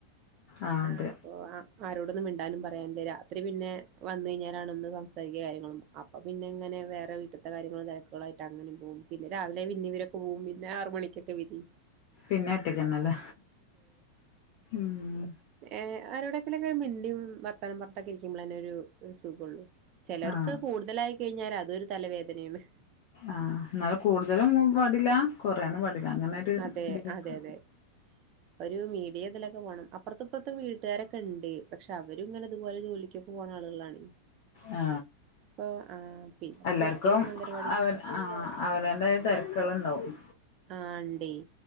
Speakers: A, on the left; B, on the right.
A: ആഹ്
B: ആ
A: അതെ
B: പോവാ ആരോടൊന്നും മിണ്ടാനും പറയാനില്ല രാത്രി പിന്നെ വന്ന കഴിഞ്ഞാലാണ് ഒന്ന് സംസാരിക കാര്യങ്ങളും അപ്പൊ പിന്നെ ഇങ്ങനെ വേറെ വീട്ടത്തെ കാര്യങ്ങളും തിരക്കുകളുആയിട്ട് അങ്ങനിം പോവും പിന്നെ രാവിലെ പിന്നിംവര് പോവും പിന്നെ ആറ് മണി ഒക്കെ വിധി
A: പിന്നെ ഒറ്റക്കനല്ലേ ഉം
B: ഏ ആരോടൊക്കിലൊക്കെ ഒരു മിണ്ടിയും വർത്തനം പറത്തൊക്കെ ഇരിക്കുമ്പോളൊക്കെന്നെ ഒരു സുഖഉള്ളൂ ചിലർക്ക്
A: ആഹ്
B: അത് കൂടുതലായി കഴിഞ്ഞാൽ അതൊരു തലവേദനയാണ്
A: ആഹ ന്നാലും കൂടുതലും പാടില്ല കൊറയാനുംപടില്ല അങ്ങനെ ഒരു
B: അതെ
A: ഇതിലിക്ക
B: അതെ അതെ ഒരു മീഡിയ ഇതിലൊക്കെ പോകണം അപ്പറത്തും ഇപ്പറത്തും വീട്ടുകാരൊക്കെ ഉണ്ട് പക്ഷെ അവര് ഇങ്ങനെ ഇതുപോലെന്നെ വിളിക്കും ജോലിക്ക് പോകുന്ന ആളുകളാണ്
A: ആ
B: ഇപ്പൊ ആഹ് പിന്നെപ്പോ
A: എല്ലാർക്കും
B: കുട്ടിയും അംഗൻവാടിക്കൊക്കെ
A: അവ ആ അവനാന്റെ തിരക്കളുണ്ടാാവും
B: ആ ഇണ്ടയ്